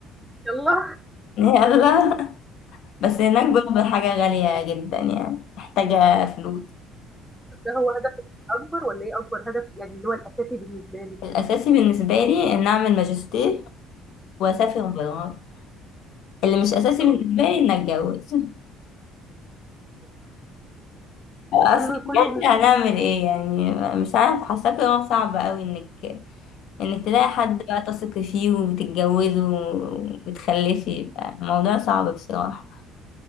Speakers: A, in the centre; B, on the left.
A: يالّا
B: يلا <laughs> بس هناك برضه الحاجة غالية جدا يعني محتاجة فلوس
A: <laughs> ده هو هدفِك الأكبر والّا إيه أكبر هدف يعني اللي هو الأساسي بالنسبة لِك؟
B: الأساسي بالنسبة لي إن أعمل ماجستير وأسافر
A: إمم،
B: برا اللي مش أساسي
A: إن شاء الله.
B: بالنسبة لي إن أتجوز <laughs> أصل
A: كُلّه
B: بجد
A: كُلّه
B: هنعمل إيه يعني مش عارف حاسة قرار صعب أوي إنك إنك تلاقي حد بقى تثقي فيه وتتجوزه وتخلفي الموضوع صعب بصراحة